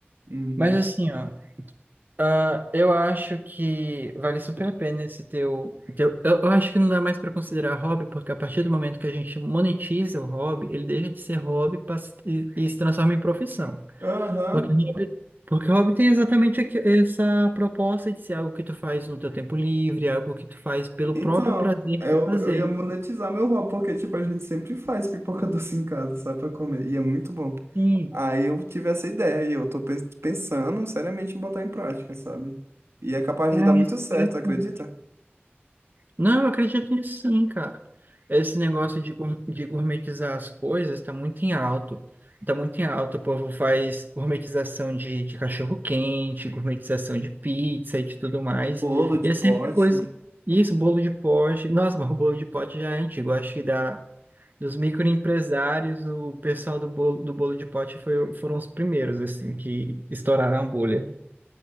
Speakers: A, on the right (about 85°); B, on the right (about 45°).
A: Uhum.
B: Mas assim, ó, ah, eu acho que vale super a pena esse teu, teu. Eu eu acho que não dá mais pra considerar hobby, porque a partir do momento que a gente monetiza o hobby, ele deixa de ser hobby pra se- e, e se transforma em profissão.
A: Aham.
B: Porque hobby, porque hobby tem exatamente aqui- essa proposta de ser algo que tu faz no teu tempo livre, algo que tu faz pelo
A: Então,
B: próprio prazer
A: eu,
B: de fazer.
A: eu ia monetizar meu hobby, porque, tipo, a gente sempre faz pipoca <laughs> doce em casa, sabe pra comer, e é muito bom.
B: Sim.
A: Aí eu tive essa ideia, e eu tô pens- pensando seriamente em botar em prática, sabe? E é capaz
B: Ai,
A: de dar muito
B: interessante.
A: certo, acredita?
B: Não, eu acredito nisso sim, cara. Esse negócio de, gour- de gourmetizar as coisas tá muito em alto. Tá muito em alto. O povo faz gourmetização de, de cachorro-quente, gourmetização de pizza e de tudo mais.
A: Bolo de
B: E é
A: pote.
B: sempre coisa. Isso, bolo de pote. Nossa, mas o bolo de pote já é antigo. Eu Acho que da, dos microempresários, o pessoal do bolo, do bolo de pote foi, foram os primeiros, assim, que estouraram a bolha.